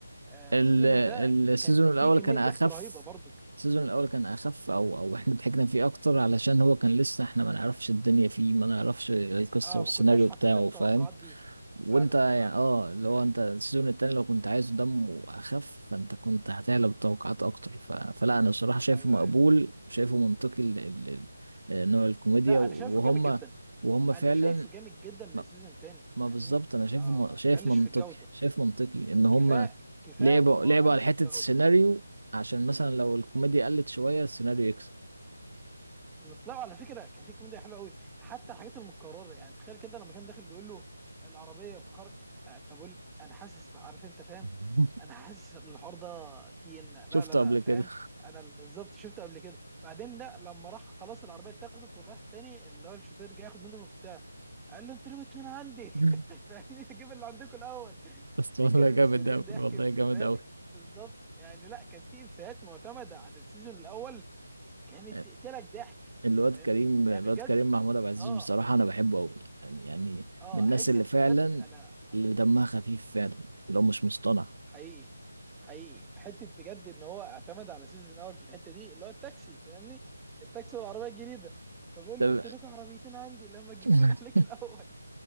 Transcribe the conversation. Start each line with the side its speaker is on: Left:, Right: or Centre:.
Centre: آه،
Right: ال-
Centre: السيزون ده
Right: السيزون
Centre: كان فيه
Right: الأول
Centre: كميه
Right: كان أخف
Centre: ضحك رهيبه برضو
Right: السيزون الأول كان أخف أو أو إحنا ضحكنا فيه أكتر علشان هو كان لسه إحنا ما نعرفش الدنيا فيه ما نعرفش القصة
Centre: اه
Right: والسيناريو
Centre: ما كناش حاطين
Right: بتاعه
Centre: التوقعات
Right: فاهم
Centre: دي
Right: وانت
Centre: فعلا
Right: يعني
Centre: فعلا
Right: اه اللي
Centre: ايوه
Right: هو انت
Centre: ايوه
Right: السيزون التاني لو كنت عايزه دمه اخف فانت كنت هتعلى بالتوقعات اكتر ف... فلا انا الصراحه شايفه
Centre: ايوه
Right: مقبول
Centre: أيوه.
Right: شايفه منطقي ال... ال... ال- آه، نوع الكوميديا
Centre: لا
Right: وهم
Centre: انا شايفه جامد جدا
Right: وهم
Centre: انا
Right: فعلا
Centre: شايفه جامد جدا للسيزون
Right: ما,
Centre: الثاني
Right: ما
Centre: فاهمني
Right: بالظبط انا شايفه
Centre: اه
Right: م... شايف
Centre: ما قلش
Right: منطقي
Centre: في الجوده
Right: شايف منطقي ان هم
Centre: كفايه كفايه
Right: لعبوا
Centre: ان هو
Right: لعبوا
Centre: ما قلش
Right: على حته
Centre: في الجوده
Right: السيناريو عشان مثلا لو الكوميديا قلت شويه السيناريو يكسب
Centre: بالظبط لا على فكره كان في كوميديا حلوه قوي حتى الحاجات المتكرره يعني تخيل كده لما كان داخل بيقول له العربيه فخرج فبقول انا حاسس عارف انت فاهم
Right: <laughs>
Centre: انا حاسس الحوار ده فيه ان لا
Right: شفته
Centre: لا لا
Right: قبل كده
Centre: فاهم انا بالظبط شفته قبل كده بعدين لا لما راح خلاص العربيه اتاخدت وراح تاني اللي هو الشوفير جاي ياخد منه المفتاح قال له انتوا ليه اتنين عندي
Right: <laughs>
Centre: <laughs> فاهمني اجيب اللي عندكم الاول
Right: بس
Centre: دي
Right: والله
Centre: كانت
Right: جامد
Centre: صريخ
Right: أوي
Centre: ضحك
Right: والله
Centre: بالنسبه
Right: جامد أوي
Centre: لي بالظبط يعني لا كان في افيهات معتمده على السيزون الاول كانت
Right: آه،
Centre: تقتلك ضحك
Right: الواد
Centre: فاهمني
Right: كريم
Centre: يعني
Right: الواد
Centre: بجد
Right: كريم محمود عبد العزيز
Centre: اه
Right: بصراحة أنا بحبه أوي يعني يعني
Centre: اه
Right: من الناس
Centre: حته
Right: اللي
Centre: بجد
Right: فعلا
Centre: انا
Right: اللي دمها خفيف فعلا اللي هو مش مصطنع
Centre: حقيقي حقيقي حته بجد ان هو اعتمد على سيزون اول في الحته دي اللي هو التاكسي فاهمني التاكسي والعربيه الجديده فبقول
Right: ده-
Centre: له انت ليك عربيتين عندي لما اجيب
Right: <laughs>
Centre: اللي عليك الاول